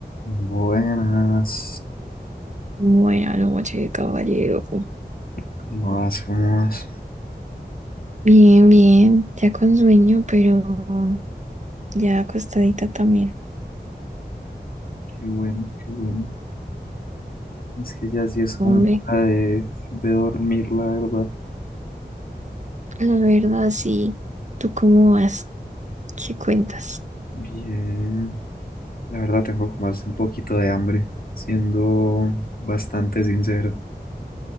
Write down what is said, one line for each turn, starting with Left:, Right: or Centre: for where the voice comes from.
Left: Buenas.
Right: Buena noche, caballero.
Left: ¿Cómo vas? ¿Cómo vas?
Right: Bien, bien, ya con sueño, pero ya acostadita también.
Left: Qué bueno, qué bueno. Es que ya sí es como
Right: Hombre,
Left: hora de, de dormir, la verdad.
Right: la verdad, sí. ¿Tú cómo vas? ¿Qué cuentas?
Left: Bien. La verdad tengo como hasta un poquito de hambre, siendo bastante sincero.